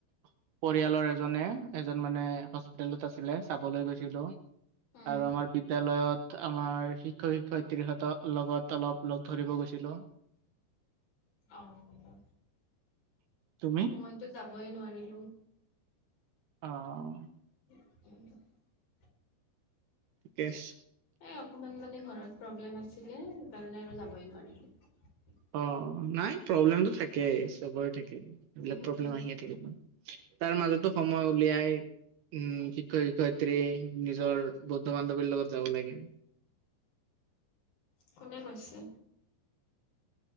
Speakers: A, on the right; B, on the left.
A: পৰিয়ালৰ এজনে এজন মানে হস্পিতেলত আছিলে চাবলৈ গৈছিলো। আৰু
B: উম।
A: আমাৰ বিদ্যালয়ত। আমাৰ শিক্ষয় শিক্ষয়িত্ৰীহতঁৰ লগত অলপ লগ ধৰিব গৈছিলো।
B: অ'
A: তুমি
B: মইতো যাবই নোৱাৰিলোঁ।
A: অ'।
B: <unintelligible>
A: ঠিকে আছে
B: এই অকমান মানে ঘৰত প্ৰব্লেম আছিলে। সেই কাৰণে আৰু যাবই নোৱাৰিলোঁ।
A: অ নাই প্ৰব্লেমটো থাকেই চবৰে থাকে। এবিলাক
B: উম,
A: প্ৰব্লেম আহিয়ে থাকিক তাৰ মাজতো সময় উলিয়াই! উম' শিক্ষক শিক্ষয়ত্ৰী নিজৰ বন্ধু বান্ধৱীৰ লগত যাব লাগে।
B: কোনে কৈছে?